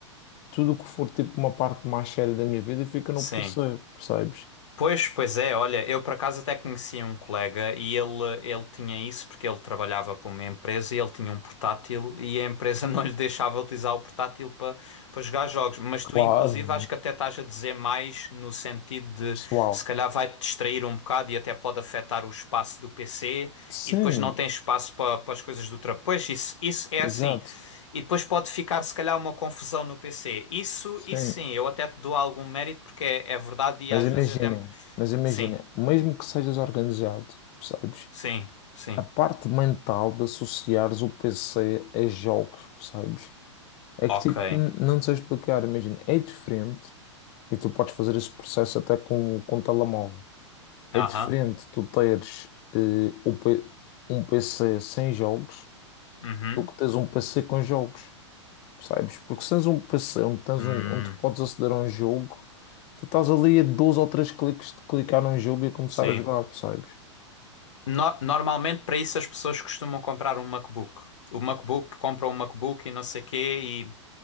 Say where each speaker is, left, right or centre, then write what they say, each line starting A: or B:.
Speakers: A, on the left (about 35°); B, on the left (about 70°).
A: tudo o que for tipo uma parte mais séria da minha vida fica no
B: sim.
A: PC, percebes?
B: Pois, pois é, olha, eu por acaso até conheci um colega e ele, ele tinha isso porque ele trabalhava para uma empresa e ele tinha um portátil e a empresa <laughs> não lhe deixava utilizar o portátil para, para jogar jogos. Mas
A: Claro,
B: tu, inclusive, acho que até estás a dizer mais no sentido
A: pessoal.
B: de se calhar vai-te distrair um bocado e até pode afetar o espaço do PC
A: Sim,
B: e depois não tem espaço para, para as coisas do trabalho. Pois, isso, isso é
A: exato,
B: assim. E depois pode ficar, se calhar, uma confusão no PC. Isso,
A: sim.
B: isso sim, eu até te dou algum mérito porque é, é verdade e
A: Mas
B: às
A: imagina,
B: vezes até me
A: mas imagina,
B: Sim,
A: mesmo que sejas organizado, percebes?
B: sim, sim.
A: A parte mental de associares o PC a jogos, percebes? É
B: Ok.
A: que tipo, n- não sei explicar, imagina, é diferente e tu podes fazer esse processo até com, com telemóvel. É
B: Aham.
A: diferente tu teres eh, o P- um PC sem jogos
B: Uhum.
A: do que teres um PC com jogos, percebes? Porque se tens um PC onde, tens
B: Hum,
A: um, onde podes aceder a um jogo, tu estás ali a dois ou três cliques de clicar num jogo e começar
B: sim.
A: a jogar, percebes?
B: No- normalmente para isso as pessoas costumam comprar um MacBook. O MacBook compra um MacBook e não sei quê